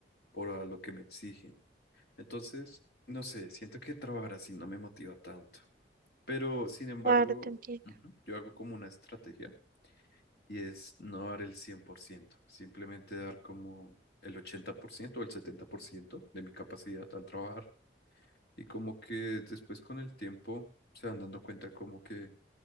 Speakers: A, on the left; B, on the right.
A: por a lo que me exigen. Entonces, no sé, siento que trabajar así no me motiva tanto, pero sin embargo,
B: Claro, te entiendo.
A: ujú, yo hago como una estrategia y es no dar el cien por ciento simplemente dar como el 80% o el 70% de mi capacidad al trabajar y como que después con el tiempo se van dando cuenta como que,